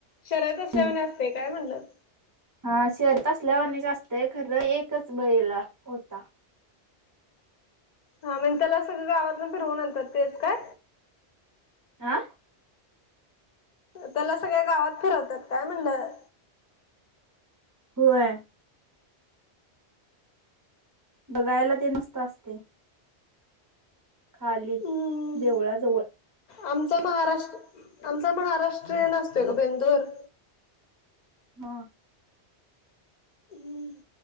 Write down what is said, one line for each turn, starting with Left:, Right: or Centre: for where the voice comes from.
Left: शर्यत असल्यावानी
Right: हम्म,
Left: असतंय काय म्हणलं?
Right: हा शर्यत असल्यावाणी असतंय खरं एकच बैला होता.
Left: हा म्हणजे त्याला सगळं गावातन फिरवून आणतात तेच का?
Right: आ?
Left: त्याला सगळ्या गावात फिरवतात काय म्हणलं?
Right: होय. बघायला ते मस्त असतंय. खाली
Left: हम्म.
Right: देवळाजवळ
Left: आमचा महाराष्ट आमचा महाराष्ट्रीयन असतोय ग बेंदूर.
Right: हा.
Left: हम्.